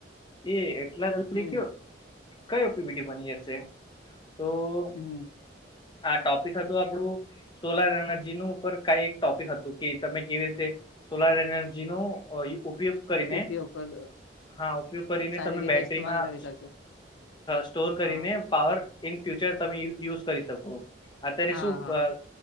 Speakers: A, on the left (about 25°); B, on the left (about 85°).
A: એ એટલા જલ્દી
B: હમ
A: કયો કયો પીવીટી બની જશે. તોઆ
B: હમ
A: ટોપિક હતું આપણું, સોલાર એનર્જી ન ઉપર કંઈ એક ટોપિક હતું કે તમે કેવી રીતે. સોલાર એનર્જી નો ઉપયોગ, કરીને
B: ઉપયોગ પર
A: હા ઉપયોગ કરીને
B: સારી
A: તમે
B: રીતે
A: બેટરીમાં.
B: ઇસ્તેમાલ કરી શકશે
A: સ્ટોર કરીને
B: હા
A: પાવર ઇન ફ્યુચર તમે યુઝ કરી શકો અત્યારે
B: હા
A: શું,
B: હા
A: અ